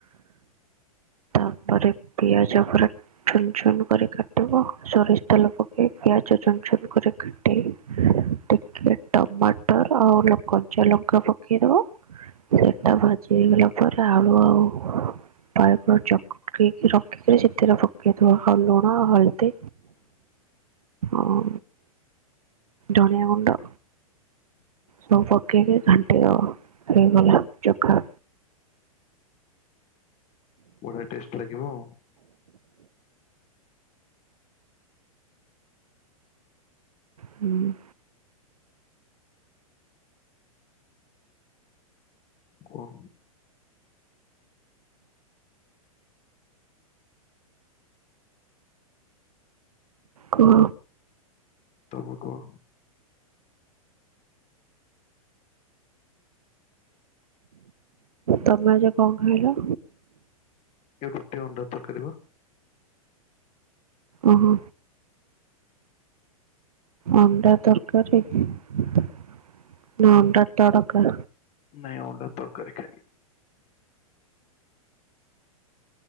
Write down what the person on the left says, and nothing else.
ବଢିଆ ଟେଷ୍ଟ ଲାଗିବ ଆଉ।
କୁହ।
ତମେକୁହ।
ଏ ରୁଟି ଅଣ୍ଡା ତରକାରୀ ବା।
ନାଇ ଓଣ୍ଡା ତରକାରୀ ଖାଇଲି।